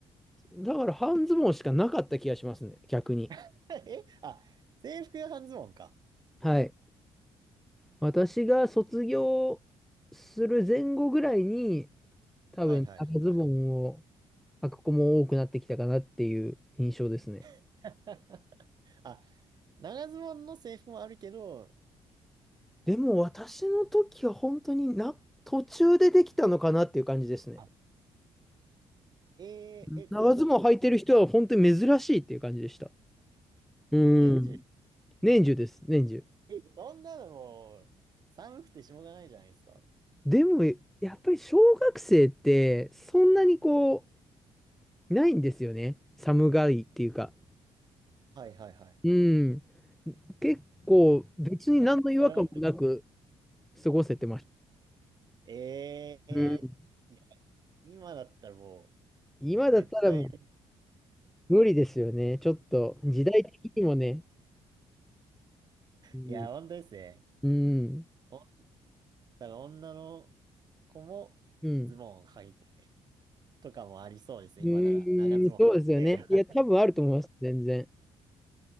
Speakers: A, in the centre; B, on the right.
A: だから半ズボンしかなかった気がしますね、逆に。
B: <laughs> え、あ、制服が半ズボンか。
A: はい。私が卒業する前後ぐらいに、多分長ズボンを
B: はいはいは
A: 履く子も多くなってきたかなっていう印象ですね。
B: い。<laughs> あ、長ズボンの制服もあるけど、
A: でも私の時は本当にな、途中でできたのかなっていう感じですね。
B: あ、えー、
A: うん長ズボン履いてる人は本当に珍しいっていう感じでした。
B: え、それも
A: うん。
B: う、年中、
A: 年中です、年中。
B: え、そんなのもう、寒くてしょうがないじゃないですか。
A: でも、やっぱり小学生ってそんなにこう、ないんですよね。寒がりっていうか。
B: はいはいはい。
A: うん。結構別に何の違和感もなく
B: <laughs> それも、
A: 過ごせてました。
B: えー、
A: うん。
B: いや、いや今だったらもう、
A: 今だったらもう
B: 絶対、
A: 無理ですよね。ちょっと時代的にもね。うん。
B: いや、本当ですね。
A: うん。
B: おだから女の子もズボン履いて
A: うん
B: とかもありそうですね、
A: うーん、
B: 今なら。長ズボン履いて。
A: そうですよね。いや、
B: <laughs>
A: 多分あると思います、全然。